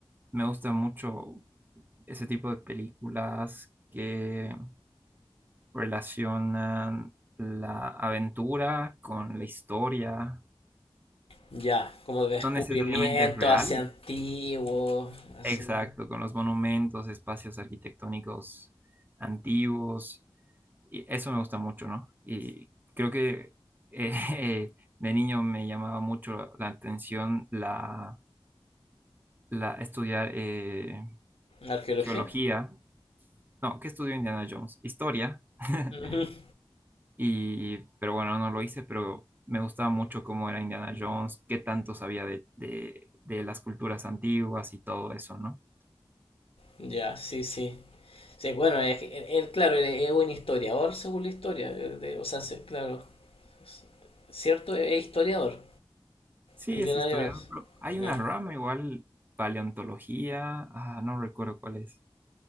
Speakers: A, on the right (about 20°); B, on the left (about 85°).
A: Me gusta mucho ese tipo de películas que relacionan la aventura con la historia,
B: Ya, como de descubrimiento
A: no necesariamente real,
B: hacia antiguo, así.
A: exacto, con los monumentos, espacios arquitectónicos antiguos, y eso me gusta mucho, ¿no? Y creo que eh, <laughs> de niño me llamaba mucho la atención la, la estudiar eh,
B: ¿Arqueología?
A: geología, no, ¿qué estudió Indiana Jones? Historia. <laughs>
B: Ujú.
A: Y, pero bueno, no lo hice, pero me gustaba mucho cómo era Indiana Jones, qué tanto sabía de, de, de las culturas antiguas y todo eso, ¿no?
B: Ya, sí, sí. Sí, bueno, es que él, él, claro, él es un historiador según la historia. eh, de- o sea, se- claro. s- ¿Cierto? Es historiador.
A: Sí,
B: Indiana
A: es historiador.
B: Jones.
A: pero Hay
B: Eh,
A: una rama igual, paleontología, ah, no recuerdo cuál es,